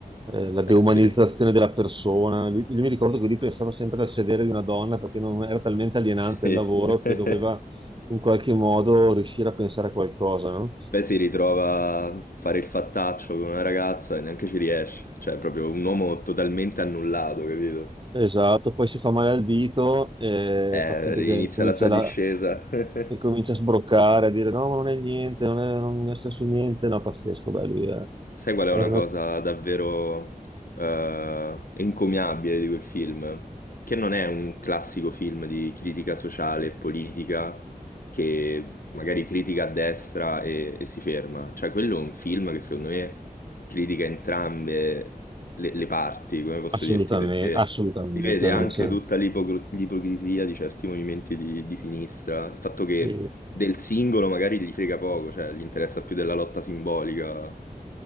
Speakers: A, on the right (about 35°); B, on the left (about 75°).
A: Eh, la deumanizzazione
B: Eh sì,
A: della persona. Io mi ricordo che lui pensava sempre al sedere di una donna perché non era talmente alienante
B: sì.
A: il lavoro
B: <laughs>
A: che doveva
B: Poi
A: in qualche modo riuscire a pensare a qualcosa, no?
B: si ritrova a fare il fattaccio con una ragazza e neanche ci riesce. Cioè, è proprio un uomo totalmente annullato, capito?
A: Esatto, poi si fa male al dito, eh,
B: Eh,
A: fa finta che
B: inizia
A: comincia
B: la sua
A: la,
B: discesa. <laughs>
A: e comincia a sbroccare, a dire no, ma non è niente, non è, non è stesso niente, no, pazzesco, beh, lui è,
B: Sai qual è
A: è
B: una
A: una-
B: cosa davvero eh, encomiabile di quel film? Che non è un classico film di critica sociale e politica che magari critica a destra e, e si ferma. Cioè, quello è un film che secondo me critica entrambe le, le parti, come posso
A: assolutamente,
B: dirti, perché
A: assolutamente,
B: si vede
A: non
B: anche
A: c'è.
B: tutta l'ipocr- l'ipocrisia di certi movimenti di, di sinistra, il fatto che
A: Sì.
B: del singolo magari gli frega poco, cioè gli interessa più della lotta simbolica